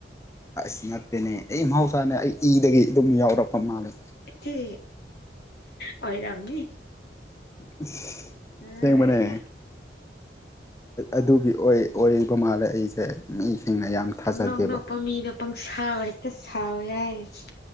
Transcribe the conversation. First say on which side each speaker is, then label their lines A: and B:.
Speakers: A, on the left; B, on the left.
A: ꯑꯁ ꯅꯠꯇꯦꯅꯦ ꯑꯩ ꯃꯍꯧꯁꯥꯅꯦ ꯑꯩ ꯏꯗꯒꯤ ꯑꯗꯨꯝ ꯌꯥꯎꯔꯛꯄ ꯃꯥꯜꯂꯦ
B: ꯠꯇ ꯍꯔꯝꯅꯤ
A: <unintelligible>
B: ꯍ
A: ꯑꯁꯦꯡꯕꯅꯦ ꯑꯗꯨꯒꯤ ꯑꯣꯏ ꯑꯣꯏꯕ ꯃꯥꯥꯜꯂꯦ ꯑꯩꯁꯦ ꯃꯤꯁꯤꯡꯅ ꯌꯥꯝ ꯊꯥꯖꯗꯦꯕ
B: ꯄꯪ ꯅꯣꯛ ꯅꯣꯛꯄ ꯃꯤꯗ ꯄꯪꯁꯦ ꯑ ꯁꯋꯥꯦꯁ